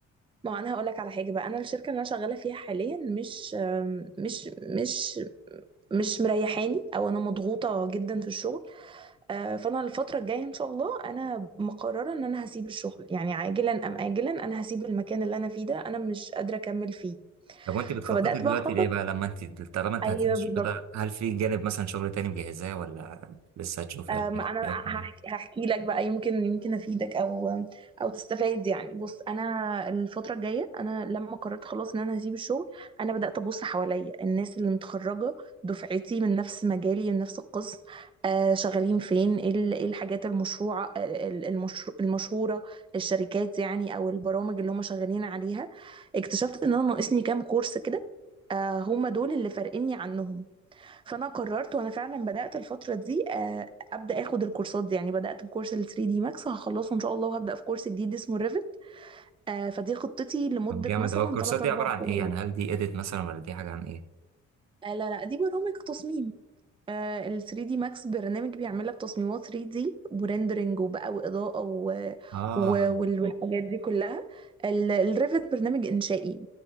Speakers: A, on the right (about 15°); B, on the right (about 60°).
A: ما انا هقول لك على حاجة بقى انا الشركة اللي انا شغالة فيها حاليا مش آم، مش مش مش مريحاني او انا مضغوطة جدا في الشغل آه، فانا الفتره الجايه ان شاء الله انا مقرره ان انا هسيب الشغل يعني عاجلا ام اجلا انا هسيب المكان اللي انا فيه ده انا مش قادره اكمل فيه
B: طب وانت بتخططي
A: فبدات
B: دلوقتي
A: بقى اخطط
B: ليه بقى لما انت طالما انت
A: ايوه
B: هتسيبي الشغل
A: بالظبط
B: ده هل في جانب مثلا شغل تاني مجهزاه ولا لسه هتشوفي
A: أم،
B: ولا ايه
A: انا
B: إيه
A: هحكي,
B: اكتر
A: هحكي لك بقى يمكن يمكن افيدك او او تستفاد يعني بص انا الفتره الجايه انا لما قررت خلاص ان انا هسيب الشغل انا بدات ابص حواليا الناس اللي متخرجه دفعتي من نفس مجالي من نفس القسم آه شغالين فين ايه ال- إيه الحاجات المشروعه آه، ال- المشرو- المشهوره الشركات يعني او البرامج اللي هم شغالين عليها اكتشفت ان انا ناقصني كام كورس كده آه هم دول اللي فارقيني عنهم فانا قررت وانا فعلا بدات الفتره دي آه، ابدا اخد الكورسات دي يعني بدات بكورس ال 3 دي ماكس هخلصه ان شاء الله وهبدا في كورس جديد اسمه ريفت فدي خطتي لمده
B: طب جامد
A: مثلا
B: هو الكورسات
A: 3
B: دي
A: 4
B: عباره عن
A: شهور
B: ايه يعني هل دي اديت مثلا ولا دي حاجه عن ايه
A: آه، لا لا دي برامج تصميم آه، ال 3 دي ماكس برنامج بيعمل لك تصميمات 3 دي وريندرنج وبقى واضاءه و...
B: اه
A: و... وال- والحاجات دي كلها الريفت برنامج انشائي